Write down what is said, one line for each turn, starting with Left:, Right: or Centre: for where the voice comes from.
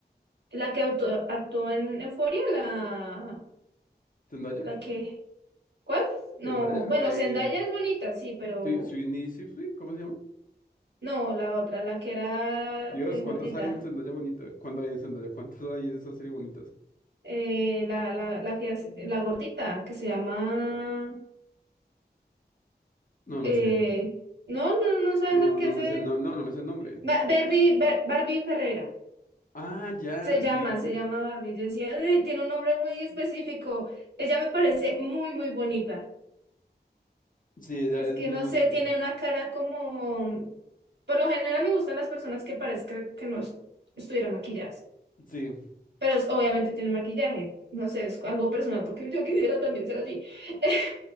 Right: la que auto- actuó en Euphoria, la,
Left: ¿Zendaya?
Right: la que, ¿cuál? No,
Left: ¿Zendaya?
Right: bueno,
Left: Eh,
Right: Zendaya es bonita, sí, pero
Left: sí, Sweeney Sifri, ¿cómo se llama?
Right: no, la otra, la que era
Left: Dios,
Right: eh,
Left: ¿cuántas
Right: gordita.
Left: hay en Zendaya bonito? ¿Cuántas hay en Zendaya? ¿Cuántas hay en esa serie bonitas?
Right: Eh, la, la, la que es, la gordita, que se llama.
Left: No, no
Right: Eh,
Left: sé.
Right: no, no, no sabes
Left: No,
Right: lo que
Left: no
Right: hace.
Left: me sé el, no, no, no me sé el nombre.
Right: Ba- Barbie, Bar- Barbie Ferreira.
Left: Ah, ya,
Right: Se llama,
Left: sí.
Right: se llama Barbie. Yo decía, "Ay, tiene un nombre muy específico. Ella me parece muy, muy bonita.
Left: Sí, ella
Right: Es
Left: es
Right: que
Left: muy
Right: no
Left: bonita.
Right: sé, tiene una cara como... Por lo general me gustan las personas que parezcan que no es- estuvieran maquilladas.
Left: Sí,
Right: Pero es- obviamente tiene maquillaje. No sé, es algo personal porque yo quisiera también ser así. <laughs>